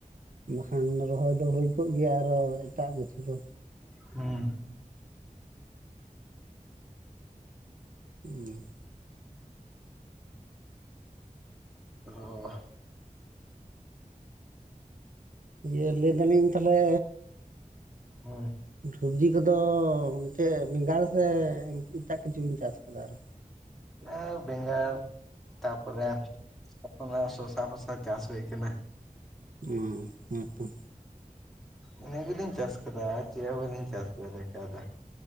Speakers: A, on the right; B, in the centre.
A: ᱵᱟᱠᱷᱟᱱ ᱨᱚᱦᱚᱭ ᱫᱚ ᱦᱩᱭ ᱠᱚᱜ ᱜᱮᱭᱟ ᱟᱨᱚ ᱮᱴᱟᱜ ᱠᱤᱪᱷᱩ ᱠᱚ
B: ᱦᱩᱸ
A: ᱦᱩᱸ
B: ᱚ
A: ᱤᱭᱟᱹ ᱞᱟᱹᱭ ᱫᱟᱞᱤᱧ ᱛᱟᱞᱦᱮ
B: ᱦᱳᱭ
A: ᱥᱚᱵᱽᱡᱤ ᱠᱚ ᱫᱚ ᱢᱤᱫᱴᱮᱱ ᱵᱮᱸᱜᱟᱲ ᱥᱮ ᱮᱴᱟᱜ ᱠᱤᱪᱷᱩ ᱵᱮᱱ ᱪᱟᱥ ᱠᱟᱫᱟ ᱟᱨᱚ
B: ᱟᱨ ᱵᱮᱸᱜᱟᱲ ᱛᱟᱨᱯᱚᱨᱮ ᱚᱱᱟ ᱥᱚᱥᱟ-ᱯᱷᱚᱥᱟ ᱪᱟᱥ ᱦᱩᱭ ᱠᱟᱱᱟ
A: ᱦᱩᱸ ᱦᱩᱸ
B: ᱤᱱᱟᱹ ᱜᱮ ᱞᱤᱧ ᱪᱟᱥ ᱟᱠᱟᱫᱟ ᱟᱨ ᱪᱮᱫ ᱦᱚᱸ ᱵᱟᱹᱞᱤᱧ ᱪᱟᱥ ᱫᱟᱲᱮ ᱠᱟᱣᱫᱟ